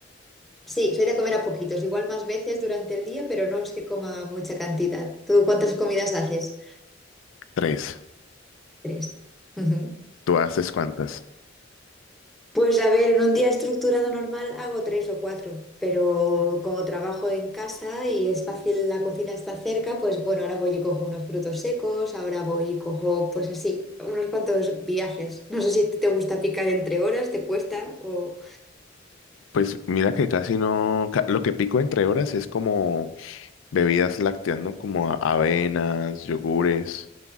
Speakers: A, in the centre; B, on the left.
A: Sí, soy de comer a poquitos, igual más veces durante el día, pero no es que coma mucha cantidad. ¿Tú cuántas comidas haces?
B: tres.
A: Tres. Ujú.
B: ¿Tú haces cuántas?
A: Pues a ver, en un día estructurado normal hago tres o cuatro, pero como trabajo en casa y es fácil, la cocina está cerca, pues bueno, ahora voy y cojo unos frutos secos, ahora voy y cojo, pues así, unos cuantos viajes. No sé si te gusta picar entre horas, te cuesta o...
B: Pues mira que casi no, ca- lo que pico entre horas es como bebidas lácteas, ¿no? Como a- avenas, yogures,